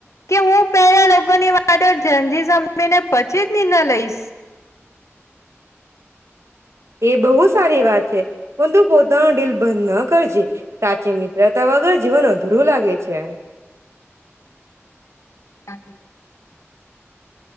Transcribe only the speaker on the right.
એ બહુ સારી વાત છે પણ તું પોતાનું દિલ. બંધ ન કરજે સાચી મિત્રતા વગર જીવન અધુરું લાગે છે.